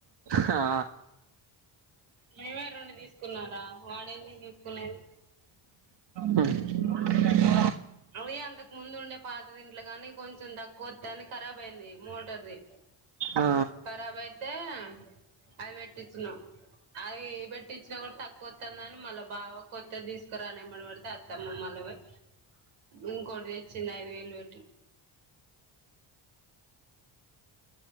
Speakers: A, on the right; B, on the right.
A: హా
B: మేమే రెండు తీసుకున్నామురా వాడేంది తీసుకునేది
A: అ
B: అవి అంతకు ముందు ఉండే పాతది ఇంట్లో గాని కొంచెం దక్కువతంది కరబయింది మోటార్డి
A: ఆ
B: కరాబ్ అయి తే అవి పెట్టించినాం అవి పెట్టించినా కూడా తక్కువ వస్తుందని మళ్ళా బావ కొత్తది తీసుకురా అని ఎంబడివడితే అత్తమ్మ మల్లవోయి ఇంకోటి తెచ్చింది ఐదు వేలువెట్టి